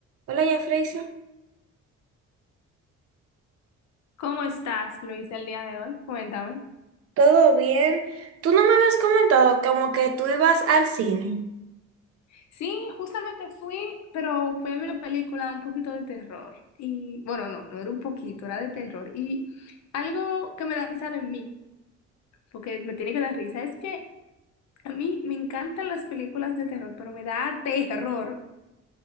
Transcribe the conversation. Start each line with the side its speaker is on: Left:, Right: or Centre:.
Right: Hola, ya Freysia.
Left: ¿Cómo estás, Luisa, el día de hoy? Cuéntame.
Right: ¿Todo bien? Tú no me habías comentado como que tú ibas al cine.
Left: Sí, justamente fui, pero fui a ver una película un poquito de terror. Y bueno, no, no era un poquito, era de terror. Y algo que me da risa de mí, porque me tiene que dar risa, es que a mí me encantan las películas de terror, pero me da terror